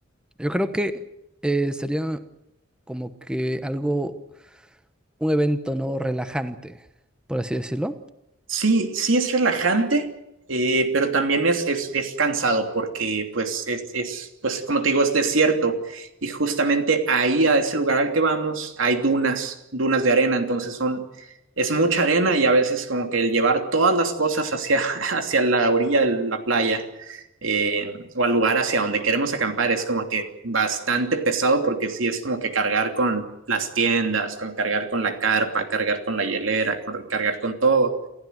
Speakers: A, in the centre; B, on the right.
A: Yo creo que eh, sería como que algo, un evento, ¿no? Relajante, por así decirlo.
B: Sí, sí es relajante, eh, pero también es, es, es cansado porque, pues, es, es, pues, como te digo, es desierto y justamente ahí, a ese lugar al que vamos, hay dunas, dunas de arena, entonces son, es mucha arena y a veces como que el llevar todas las cosas hacia, <laughs> hacia la orilla de la playa eh, o al lugar hacia donde queremos acampar es como que bastante pesado porque sí es como que cargar con las tiendas, con cargar con la carpa, cargar con la hielera, con, cargar con todo.